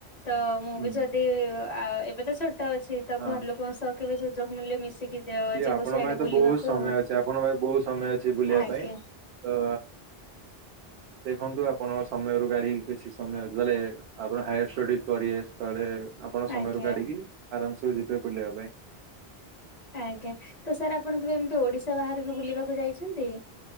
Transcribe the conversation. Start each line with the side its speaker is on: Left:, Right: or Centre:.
Left: ତ ମୁ
Right: ହୁଁ
Left: ବି ଜଦି ଏବେ ତ ଛୋ ଟ ଅଛି ତ
Right: ହଁ
Left: ଘର ଲୋକଙ୍କ ସହ କେବେ ସୁଯୋଗ ମିଳିଲେ ମିଶିକି
Right: ସିଏ
Left: ଯିବୁ
Right: ଆପଣଙ୍କ
Left: ସେଆଡେ
Right: ପାଇଁ ତ
Left: ବୁଲିବାକୁ
Right: ବହୁତ ସମୟ
Left: ଆଉ।
Right: ଆପଣଙ୍କ ପାଖ ବହୁତ ସମୟ ଅଛି ବୁଲିବା
Left: ଆଜ୍ଞା
Right: ପାଇଁ ତ ଦେଖନ୍ତୁ ଆପଣଙ୍କ ସମୟରୁ ଗାଡି କିଛି ସମୟ ଯେତହେଲେ ଆପଣ ହାୟାର ଷ୍ଟଡି କରିବେ ତଳେ ଆପଣ ସମୟରୁ
Left: ଆଜ୍ଞା
Right: କାଢିକି ଆରାମସ ଯିବେ ବୁଲିବା ପାଇଁ।
Left: ଆଜ୍ଞା ତ ସାର୍ ଆପଣ କେବେ ଏମିତି ଓଡ଼ିଶା ବାହହାରକୁ ବୁଲିବାକୁ ଯାଇଛନ୍ତି?